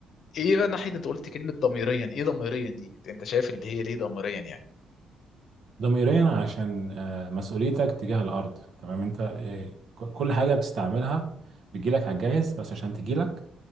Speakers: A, on the left; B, on the right.
A: إيه بقى ناحية أنت قلت كلمة ضميريا إيه ضميريا دي أنت شايف اللي هي ليه ضميريا يعني
B: ضميريا عشان آه مسؤوليتك تجاه الارض تمام انت آه ك- كل حاجه بتستعملها بتجيلك على الجاهز بس عشان تجيلك